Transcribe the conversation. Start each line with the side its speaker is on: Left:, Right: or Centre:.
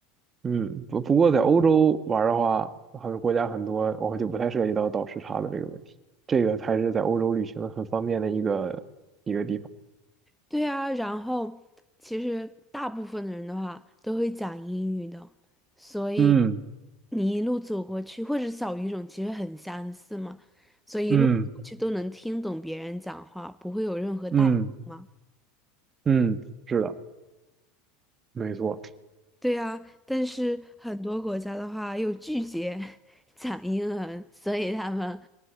Right: 嗯，不不过在欧洲玩儿的话，好像国家很多，我就不太涉及到倒时差的这个问题。这个才是在欧洲旅行的很方便的一个一个地方。
Centre: 对啊，然后其实大部分的人的话都会讲英语的，所以
Right: 嗯
Centre: 你一路走过去，或者小语种其实很相似嘛，所以一路走过去都能听懂别人讲话，
Right: 嗯
Centre: 不会有任何代沟嘛。
Right: 嗯嗯是的，没错。
Centre: 对啊，但是很多国家的话又拒绝 <laughs> 讲英文，所以他们